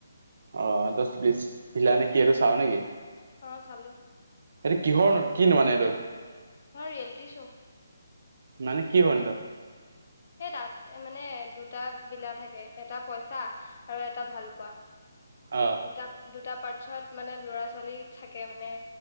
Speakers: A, on the right; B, on the left.
A: অ দহ বিছ পিলা নে কি এইটো চাও নেকি?
B: অ চালো।
A: এইটো কিহৰ ন কিনো মানে এইটো?
B: হয় ৰিয়েলিটি শ্ব'।
A: মানে কি পইনত?
B: সেই তাত মানে দুটা বিলা থাকে এটা পইচা আৰু এটা ভালপোৱা।
A: অ
B: দুটা দুটা পাৰ্চয়ত মানে ল'ৰা ছোৱালী থাকে মানে